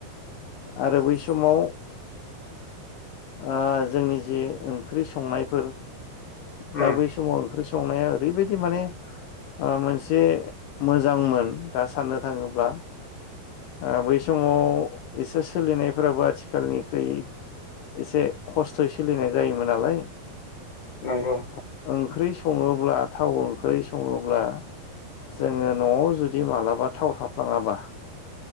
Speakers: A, on the left; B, on the left.
A: आरो बै समाव ओ जोंनि जि ओंख्रि संनायफोर दा
B: उम
A: बै समाव ओंख्रि संनाया ओरैबायदि माने ओ मोनसे मोजांमोन दा साननो थाङोब्ला ओ बै समाव एसे सोलिनायफोराबो आथिखालनिख्रुइ एसे खस्थ'यै सोलिनाय जायोमोन नालाय।
B: नोंगौ नोंथां।
A: ओंख्रि सङोब्ला थाव ओंख्रि सङोब्ला जोङो न'आव जुदि मालाबा थाव थाफ्लाङाबा